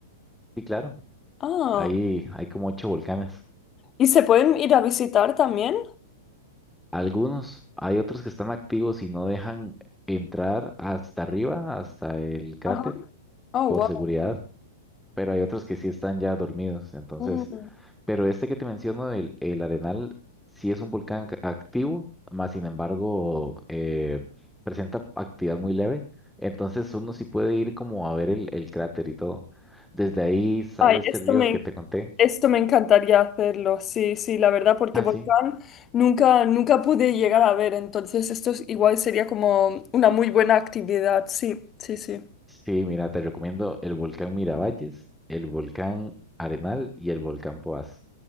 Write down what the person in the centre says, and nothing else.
Sí, claro.
Ahí hay como ocho volcanes.
Algunos, hay otros que están activos y no dejan entrar hasta arriba, hasta el cráter,
por
seguridad, pero hay otros que sí están ya dormidos. Entonces,
pero este que te menciono, el, el Arenal, sí es un volcán ca- activo, más sin embargo, eh, presenta actividad muy leve. Entonces uno sí puede ir como a ver el, el cráter y todo. Desde ahí sale
este
río
que te conté.
Ah,
sí.
Sí, mira, te recomiendo el volcán Miravalles, el volcán Arenal y el volcán Poás.